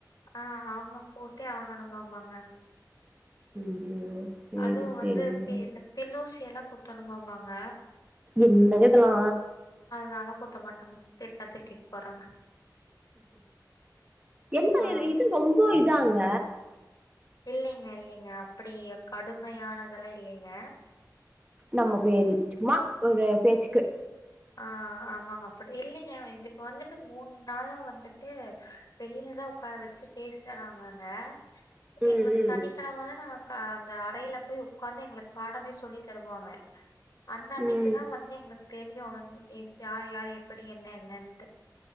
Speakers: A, on the left (about 55°); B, on the right (about 20°).
A: ஆஹ் ஆமா போட்டே ஆகணுமாமாங்க
B: <unintelligible>
A: அதுவும்
B: சேரிங்க
A: வந்து இந்த பின்னூசியலா குத்தணு மாமாங்க
B: என்னங்க இதலா
A: நாலாம் குத்த மாட்டாங்க திட்டனா திட்டிட்டு போறாங்க
B: என்ன
A: ஆ
B: இது இது ரொம்ப இதாங்க
A: இல்லைங்க இல்லைங்க அப்டி கடுமையானதெல்லாம் இல்லைங்க
B: நமக் சும்மா ஒரு பேச்சுக்கு
A: ஆஹ் ஆமாங்க அப்டி இல்லைங்க இப்ப வந்துட்டு மூணு நாளா வந்துட்டு வெளிலதான் உட்கார வச்சு பேசுறாங்கங்க
B: ம்
A: எங்களுக்கு சனிக்கெழமதான் நா அ அந்த அறையில போய் உட்காந்து எங்களுக்கு பாடமே சொல்லி தருவாங்க அந்த அன்னைக்கு
B: ம் ம்
A: தான் வந்து எங்களுக் தெரியு யார் யார் எப்படி என்ன என்னன்ட்டு